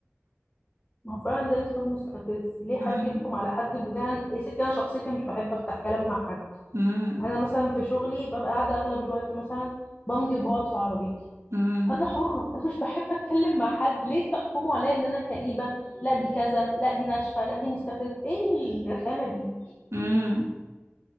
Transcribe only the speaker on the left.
ما هو فعلا ده اسلوب مستفز ليه حد
يحكم على حد بناء يا ستي انا شخصيتي مش بحب افتح كلام مع حد
انا مثلا في شغلي ببقى قاعده اغلب الوقت مثلا بمضي وبقعد في عربيتي
انا حره انا مش بحب اتكلم مع حد ليه تحكموا عليا ان انا كئيبه لا دي كذا لا دي ناشفه لا دي مستفز ايه الرخامه دي